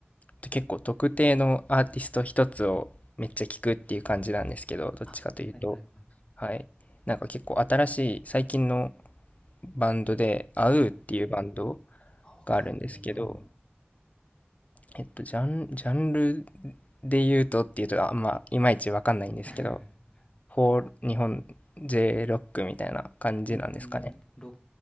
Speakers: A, on the left (about 35°); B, on the left (about 20°).
A: で結構特定のアーティスト一つをめっちゃ聞くっていう感じなんですけど、どっちかというと、
B: あ、はいはいはい。
A: はい。なんか結構新しい最近のバンドで、アウーっていうバンド
B: はい。あ、わかんないなあ。
A: があるんですけど、えっと、ジャン、ジャンルで言うとっていうと、あんまいまいちわかんないんですけど、
B: <laughs>
A: フォー、日本 J ロックみたいな感じなんですかね。
B: うーん、ロッ